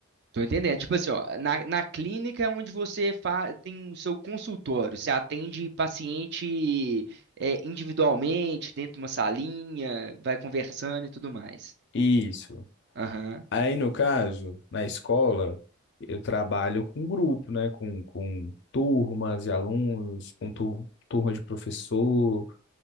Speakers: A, on the right; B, on the left.
A: Tô entendendo. Tipo assim, ó, na, na clínica é onde você fa- tem o seu consultório, você atende paciente é, individualmente, dentro de uma salinha, vai conversando e tudo mais.
B: Isso.
A: Aham.
B: Aí, no caso, na escola, eu trabalho com grupo, né? Com, com turmas de alunos, com tur turma de professor,